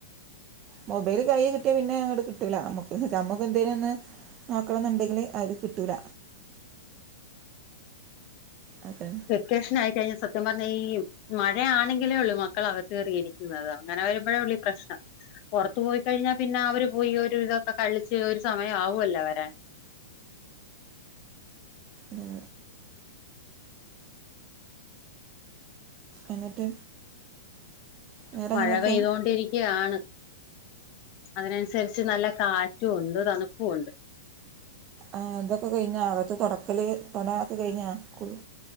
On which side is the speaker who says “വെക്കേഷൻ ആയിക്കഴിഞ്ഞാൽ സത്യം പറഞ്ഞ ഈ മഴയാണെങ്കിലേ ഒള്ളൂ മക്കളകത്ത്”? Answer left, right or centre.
Left